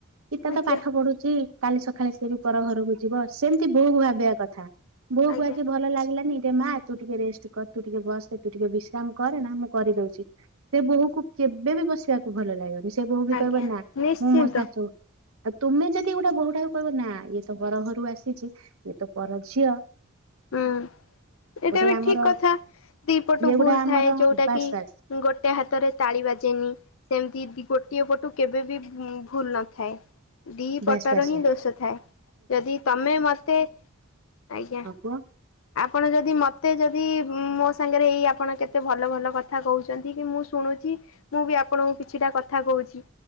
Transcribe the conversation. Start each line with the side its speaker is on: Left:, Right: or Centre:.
Right: ଗୀତା
Left: ଆଜ୍ଞା
Right: ତ ପାଠ
Left: ଆଜ୍ଞା
Right: ପଢ଼ୁଛି କାଲି ସକାଳେ ସେବି ପର ଘରକୁ ଯିବ ସେମ୍ ତି ବୋହୂ କୁ ଭାବିବା କଥା ବୋଉକୁ
Left: ଆଜ୍ଞା
Right: ଆଜି ଭଲ ଲାଗିଲାନି ଏ ମା ତୁ ଟିକେ ରେଷ୍ଟ୍ କର ତୁ ଟିକେ ବସେ ତୁ ଟିକେ ବିଶ୍ରାମ କରେ ନା ମୁଁ କରିଦଉଛି। ସେ ବୋହୂକୁ କେବେ ବି ବସିବାକୁ ଭଲ ଲାଗିବନି ସେ ବୋହୂ ବି
Left: ଆଜ୍ଞା ଆଜ୍ଞା
Right: କହିବ ନା
Left: ନିଶ୍ଚିନ୍ତ
Right: ମୁଁ ମୋ ଶାଶୁ ଆଉ ତୁମେ ଯଦି ଗୋଟେ ବୋହୂ ଟାକୁ କହିବ ନା ଇଏ ତ ପର ଘରୁ ଆସିଛି ଇଏ ତ ପର ଝିଅ।
Left: ହୁଁ। ଏଇଟା
Right: ଗୋଟେ
Left: ବି
Right: ଆମର
Left: ଠିକ୍ କଥା ଦିପଟୁ
Right: ଇଏ
Left: ଭୁଲ୍
Right: ଗୋଟେ ଆମର
Left: ଥାଏ ଯୋଉଟା
Right: ବାସ୍
Left: କି
Right: ବାସ୍
Left: ଗୋ ଟେ ହାତରେ ତାଳି ବାଜେନି ସେମ୍ ତି ଗୋଟିଏ ପଟୁ କେବେ ବିି <unintelligible> ଭୁଲ୍ ନଥାଏ। ଦି
Right: ବାସ୍
Left: ପଟ
Right: ବାସ୍
Left: ର ହିଁ ଦୋଷ ଥାଏ ଯଦି ତମେ ମତେ ଆଜ୍ଞା
Right: ଆଉ କୁହ?
Left: ଆପଣ ଯଦି ମତେ ଯଦି ମୋ ସାଙ୍ଗରେ ଏଇ ଆପଣ କେତେ ଭଲ ଭଲ କଥା କହୁଛନ୍ତି କି ମୁଁ ମୁଁ ଶୁଣୁଛି ମୁଁ ବି ଆପଣଙ୍କୁ କିଛିଟା କଥା କହୁଛି